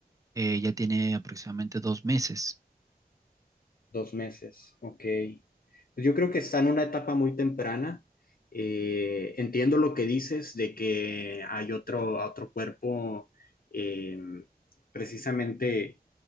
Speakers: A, on the right (about 20°); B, on the left (about 65°).
A: Eh, ya tiene aproximadamente dos meses.
B: Dos meses, ok. Pues yo creo que está en una etapa muy temprana. Eh, entiendo lo que dices de que hay otro, otro cuerpo eh, precisamente